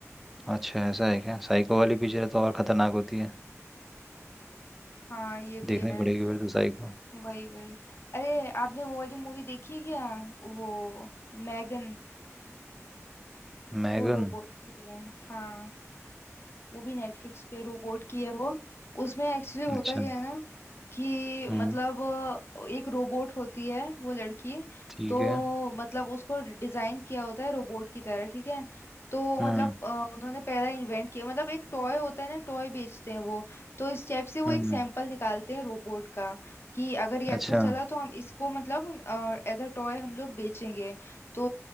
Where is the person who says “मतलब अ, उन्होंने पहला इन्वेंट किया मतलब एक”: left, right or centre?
Left